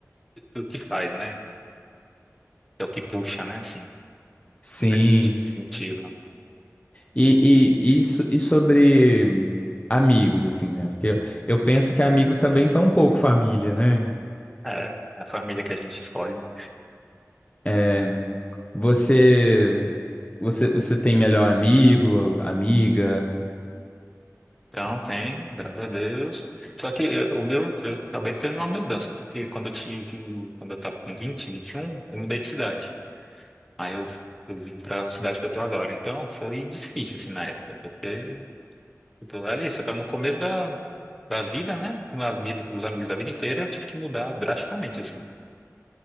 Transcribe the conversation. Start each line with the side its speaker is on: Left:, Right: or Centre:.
Centre: que o que faz, né? É o que puxa, né, assim,
Left: Sim.
Centre: mais motivo.
Left: E, e, e, so- e sobre amigos, assim, né? Porque eu, eu penso que amigos também são um pouco família, né?
Centre: É, é a família que a gente escolhe. né?
Left: É, Você, você, você tem melhor amigo, amiga?
Centre: Então, tem, graças a Deus. Só que eu- o meu, eu acabei tendo uma mudança, porque quando eu tive, quando eu tava com vinte vinte e um, eu mudei de cidade. Aí eu, eu vim pra cidade que eu tô agora. Então, foi difícil, assim, na época, porque, tipo, ali, você tá no começo da, da vida, né? Uma vida, dos amigos da vida inteira, eu tive que mudar drasticamente, assim.